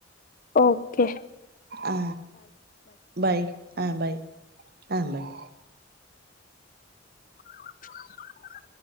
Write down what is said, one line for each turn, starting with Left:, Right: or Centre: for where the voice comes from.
Left: ஓ கே
Right: ஆ பாய் ஆ பாய் ஆ பாய்
Left: <unintelligible>